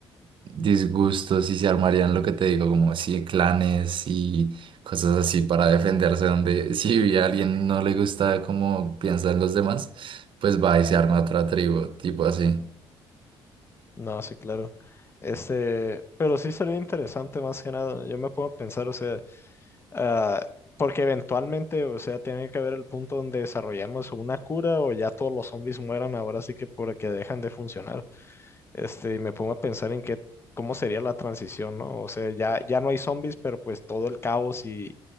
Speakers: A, on the right (about 55°); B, on the left (about 25°).
A: disgustos y se armarían lo que te digo, como sí, clanes y cosas así para defenderse, donde <laughs> si a alguien no le gusta cómo piensan los demás, pues va y se arma otra tribu, tipo así.
B: No, sí, claro. Este, pero sí sería interesante más que nada. Yo me puedo pensar, o sea, ah, porque eventualmente, o sea, tiene que haber el punto donde desarrollamos una cura o ya todos los zombies mueran ahora sí que porque dejan de funcionar. Este, y me pongo a pensar en qué, cómo sería la transición, ¿no? O sea, ya, ya no hay zombies, pero pues todo el caos y,